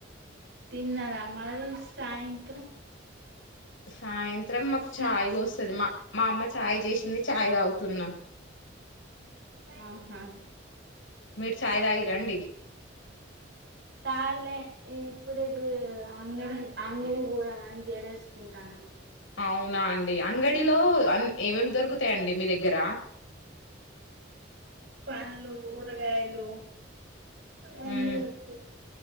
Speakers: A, on the right (about 60°); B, on the left (about 80°).
A: తిన్నార మరిస్ సాయంత్రం
B: సైన్స్ మాత్రం మాకు
A: స్నా
B: చాయి పోస్తది మా మా అమ్మ చాయ్ చేసింది చాయ్ తాగుతున్నా
A: ఆహా
B: మీరు చాయ్ తాగిర్రా అండి
A: చాల్లే ఏ ఇప్పుడ ఇది ఆంగడి ఆంగడి పోదమని జేడేసుకుంటాన్న
B: అవునా అండి అంగడిలో ఏమేం దొరుకుతాయంండి మీ దగ్గర
A: పన్లు కూరగాయలు అన్నీ
B: మ్మ్
A: దొరుకుతాయ్